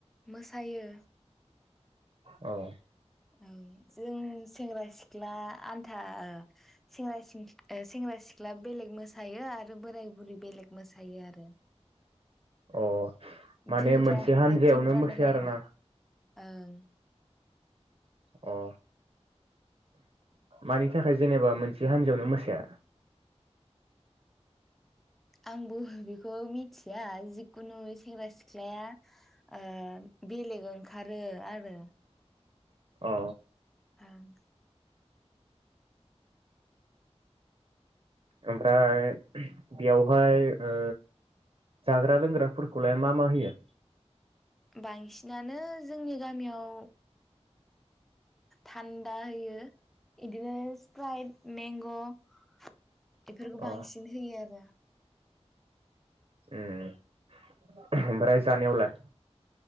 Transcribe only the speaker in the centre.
मोसायो
औ जों सेंग्रा सिख्ला आन्था सेंग्रा सिं ओ सेंग्रा सिख्ला बेलेग मोसायो आरो बोराय बुरै बेलेग मोसायो आरो
दिन
रान
ओ दिन रानलाइलायना
ओं
आंबो बेखौ मिथिया जिखुनु सेंग्रा सिख्लाया ओ बेलेग ओंखा खारो आरो
<unintelligible>
बांसिनानो जोंनि गामियाव थान्दा होयो बिदिनो स्प्राइट मेंग' बेफोरखौ
बांसिन होयो आरो